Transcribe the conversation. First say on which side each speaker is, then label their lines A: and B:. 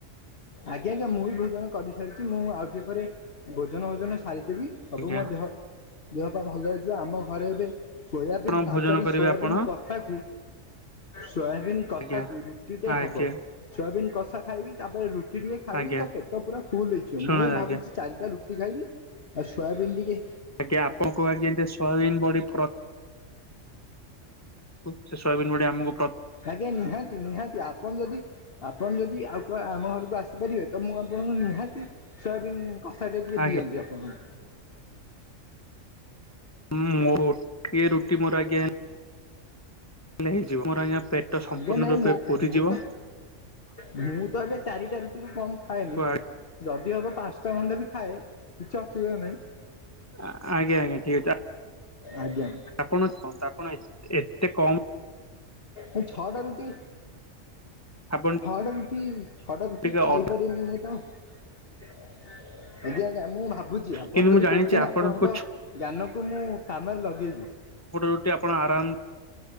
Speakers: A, on the left (about 50°); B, on the left (about 15°).
A: ଆଜ୍ଞା ଆଜ୍ଞା ମୁଁ ବି ଭୋଜନ କରିସାରିଛି ମୁଁ ଆଉ ଟିକେ ପରେ ଭୋଜନ ଫୋଜନ ସାରିଦେବି ସବୁ
B: ଆଜ୍ଞା
A: ମୋ ଦେହ ଦେହପା ଭଲ ହେଇଯିବ ଆମ ଘରେ ଏବେ ସୋୟାବିନ୍
B: ଆପଣ
A: ତରକାରୀ
B: ଭୋଜନ କରିବେ
A: ସୋୟାବିନ୍
B: ଆପଣ
A: କଷାକୁୁ ସୋୟାବିନ୍ କଷା
B: ଆଜ୍ଞା
A: କୁ ରୁଟି ଟେ
B: ଆଜ୍ଞା
A: ହବ ସୋୟାବିନ୍ କଷା ଖାଇବି ତାପରେ ରୁ ରୁଟି ଟିକେ ଖାଇବି
B: ଆଜ୍ଞା
A: ତ ପେଟ ପୁରା ଫୁଲ ହେଇଯିବ
B: ଶୁଣ
A: ମୁଁ ଭାବୁଛି
B: ଆଜ୍ଞା
A: ଚାରିଟା ରୁଟି ଖାଇବି ଆଉ ସୋୟାବିନ୍ ଟିକେ
B: ଆଜ୍ଞା ଆପଣଙ୍କ ଆଜି ଯେମିତି ସୋୟାବିନ ବଡ଼ି ପ୍ର ସେ ସୋୟାବିନ ବଡ଼ି ଆମକୁ ପ୍ର
A: ଆଜ୍ଞା ନିହାତି ନିହାତି ଆପଣ ଯଦି ଆପଣ ଯଦି ଆଗୁଆ ଆମ ଘରକୁ ଆସିପାରିବେ ତ ମୁଁ ଆପଣଙ୍କୁ ନିହାତି ସୋୟାବିନ୍ କଷା ଟିକେ
B: ଆଜ୍ଞା
A: ଦିଅନ୍ତି ଆପଣଙ୍କୁ।
B: ହୁଁ ମୋର ଓଟିଏ ରୁଟି ମୋର ଆଜ୍ଞା ହେଲେ ହେଇ ଯିବ ମୋର ଆଜ୍ଞା ପେଟ ସମ୍ପୂର୍ଣ୍ଣ
A: ଯେ ନାଇଁ
B: ରୂପେ
A: ମୁଁ
B: ପୁରିଯିବ।
A: ମୁଁ ତ ମୁଁ ତ ଏବେ ଚାରିଟା ରୁଟିରୁ କମ ଖାଏନି।
B: ଆ
A: ଯଦି ହବ ପାଞ୍ଚଟା ଖଣ୍ଡେ ବି ଖାଏ କିଛି ଅସୁବିଧା ନାହିଁ।
B: ଆଜ୍ଞା ଆଜ୍ଞା ଠିକ ଅଛି ଆ
A: ଆଜ୍ଞା।
B: ଆପଣ ତ ଆପଣ ଏତେ ଏତେ କମ୍
A: ଏ ଛଅଟା ରୁଟି
B: ଆପଣ
A: ଛଅଟା ରୁଟି ଛଅଟା ରୁଟି
B: ଟିକେ
A: ଖାଇପାରେନି
B: ଅଧା
A: ମୁଁ ତ। ଆଜ୍ଞା। ଆଜ୍ଞା, ମୁଁ ଭାବୁଛି ଆପଣ
B: କିନ୍ତୁ
A: ଯଦି
B: ମୁଁ ଜାଣିଛି
A: କହୁଛନ୍ତି
B: ଆପଣଙ୍କୁ
A: ଆପଣଙ୍କ ଜ୍ଞାନକୁ ମୁଁ କାମରେ ଲଗେଇବି।
B: ଗୋଟେ ଆପଣ ଆରାମ